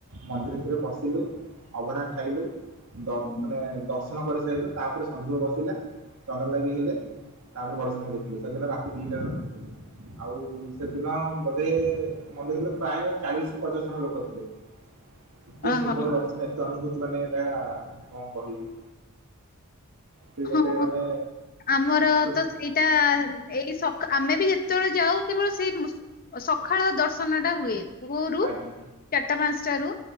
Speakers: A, on the right; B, on the left.
A: ମନ୍ଦିର ଭିତରେ ପଶିଲୁ ଅବଢା ଖାଇଲୁ। ଦଶ୍
B: ହୁଁ
A: ମାନେ ଦଶ୍ ଦର୍ଶନ କରି ସାଇଲୁ। ତା ପରେ ଶନି ଦୁଷ ବସିଲା। ଚଦନ ଲାଗି ହେଲେ ତାପରେ ବଡ ହଁ ଦେଖିଲୁ। ସେଦିନ ରାତି ଦିଟା ଆଳୁ ବାହାରିଥିଲୁ। ଆଉ ସେଦିନ ବୋଧେ ମନ୍ଦିରରେ ପ୍ରାୟ ଚାଳିଶ୍ ରୁ ପଚାଶ ଜଣ ଲୋକ ଥିଲେ।
B: <inaudible>
A: ଏତେ
B: ଓହୋ
A: ସୁନ୍ଦର ଦର୍ଶନ ଏତେ ଅନୁଭୂତି ମାନେ ଏଇଟା କଣ କହିବି। ସେ
B: ହଁ
A: ଗୋଟେ ମାନେ
B: ଆମର
A: ଛୋ
B: ତ ସେଇଟା ଏଇ ସକା ଆ ମେ ବି ଯେତେବେଳେ ଯାଉ କେବଳ ସେଇ ସକାଳ ଦର୍ଶନ ଟା ହୁଏ। ଭୋରୁ
A: ଆଜ୍ଞା
B: ଚାରିଟା ପାଞ୍ଚଟା ରୁ